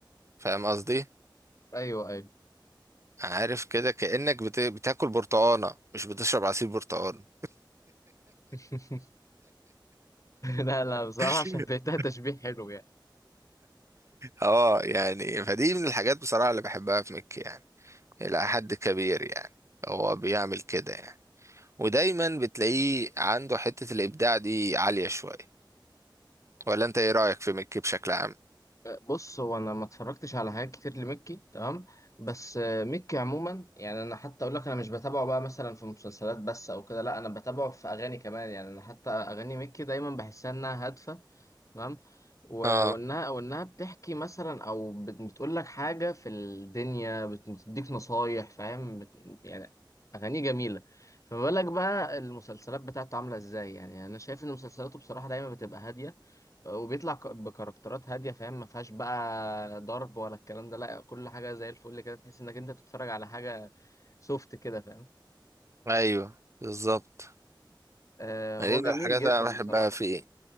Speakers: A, on the right; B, on the left.
A: فاهم قصدي
B: أيوه أيوه
A: عارف كده كأنك بت... بتاكل برتقانة مش بتشرب عصير برتقال
B: <laughs> لا لا
A: <laughs>
B: بصراحة عشان بيتها تشبيه حلو يعني
A: اه يعني فدي من الحاجات بصراحة اللي بحبها في مكي يعني إلى حد كبير يعني هو بيعمل كده يعني ودايما بتلاقيه عنده حتة الإبداع دي عالية شوية ولا أنت إيه رأيك في مكي بشكل عام؟
B: بص هو انا ما اتفرجتش على حاجات كتير لمكي تمام بس آه، مكي عموما يعني انا حتى اقول لك انا مش بتابعه بقى مثلا في مسلسلات بس او كده لا انا بتابعه في اغاني كمان يعني انا حتى اغاني مكي دايما بحسها انها هادفه تمام و-
A: اه
B: وانها وانها بتحكي مثلا او بت- بتقول لك حاجه في الدنيا بت- بتديك نصايح فاهم بت- يعني اغاني جميله فما بالك بقى المسلسلات بتاعته عامله ازاي يعني انا شايف ان مسلسلاته بصراحه دايما بتبقى هاديه وبيطلع ك- بكاركترات هاديه فاهم ما فيهاش بقى ضرب ولا الكلام ده لا كل حاجه زي الفل كده تحس انك انت بتتفرج على حاجه سوفت كده فاهم
A: أيوه بالظبط
B: آه هو
A: ما دي من
B: جميل
A: الحاجات
B: جدا
A: اللي أنا بحبها
B: بصراحه
A: فيه